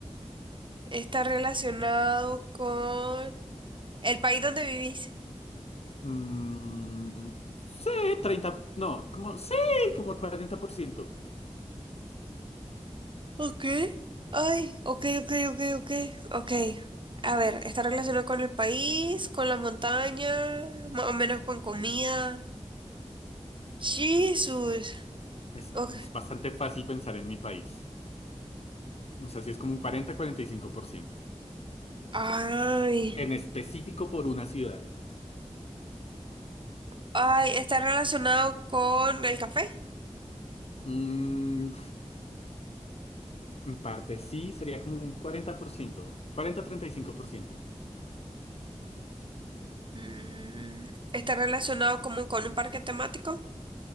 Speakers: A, on the right (about 45°); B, on the left (about 60°).
A: está relacionado con el país donde vivís.
B: Mm, sí, 30, no, como, sí, como 40%.
A: Ok. Ay, ok, ok, ok, ok, ok. A ver, está relacionado con el país, con la montaña, más o menos con comida. Jesús.
B: Es,
A: Ok.
B: es bastante fácil pensar en mi país. O sea, sí es como un cuarenta, cuarenta y cinco por ciento.
A: Ay.
B: En específico por una ciudad.
A: Ay, está relacionado con el café.
B: Mm, En parte sí, sería como un 40%, 40-35%.
A: Mm, está relacionado como con un parque temático.